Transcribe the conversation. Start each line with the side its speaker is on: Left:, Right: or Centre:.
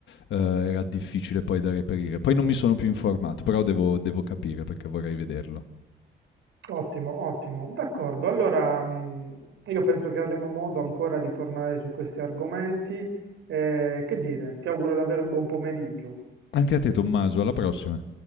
Left: eh, era difficile poi da reperire. Poi non mi sono più informato, però devo, devo capire perché vorrei vederlo.
Right: Ottimo, ottimo. D'accordo, allora mm, io penso che avremo modo ancora di tornare su questi argomenti. Eh, che dire, ti auguro davvero un buon pomeriggio.
Left: Anche a te Tommaso, alla prossima.